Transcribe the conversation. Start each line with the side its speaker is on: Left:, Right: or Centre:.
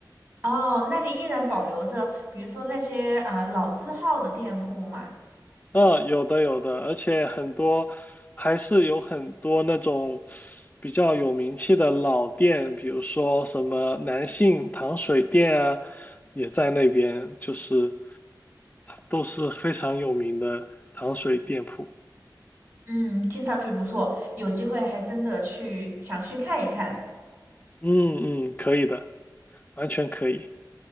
Right: 哦，那里依然保留着，比如说那些啊、呃老字号的店铺嘛。
Left: 嗯，有的有的，而且很多还是有很多那种比较有名气的老店，比如说什么南信糖水店啊，也在那边，就是都是非常有名的糖水店铺。
Right: 嗯，听上去不错，有机会还真的去想去看一看。
Left: 嗯嗯，可以的。完全可以。